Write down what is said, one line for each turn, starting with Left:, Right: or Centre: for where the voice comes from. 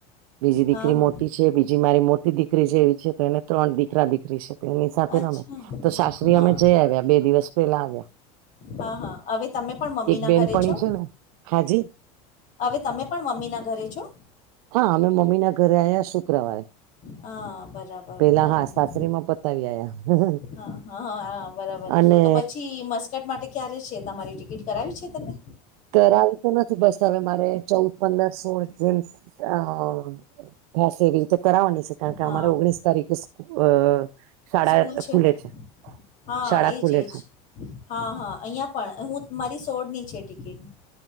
Right: બીજી દીકરી
Left: હા હા
Right: મોટી છે, બીજી મારી મોટી દીકરી છે એવી છે, તો એને ત્રણ દીકરા દીકરી છે. તો એની સાથે
Left: અચ્છા
Right: રમે. તો સાસરે
Left: હા
Right: અમે જઈ આવ્યા, બે દિવસ પેલા આયવા.
Left: હા, હા. હવે તમે પણ મમ્મી ના
Right: બેનપણી
Left: ઘરે છો?
Right: છે ને હાજી
Left: હવે તમે પણ મમ્મી ના ઘરે છો?
Right: હા, અમે મમ્મી ના ઘરે આવ્યા શુક્રવારે.
Left: હા, બરાબર-બરાબર.
Right: પેલા હા સાસરીમાં પતાવી આયા
Left: હા, હા, હા બરાબર.
Right: અને
Left: તો પછી મસ્કટ માટે ક્યારે છે, તમારી ટિકિટ કરાવી છે તમે?
Right: કરાવી તો નથી. બસ હવે મારે ચૌદ, પંદર, સોળ જેમ અહ થાશે એવી રીતે કરાવાની છ કારણ કે
Left: હા
Right: અમારે ઓગણીસ તારીખે સ્ક અહ શાળા
Left: સ્કૂલ
Right: ખુલે
Left: ને
Right: છે.
Left: હા,
Right: શાળા
Left: એજ-એજ.
Right: ખુલે છે
Left: હા, હા અહિયાં પણ, હું મારી સોળની છે ટિકિટ.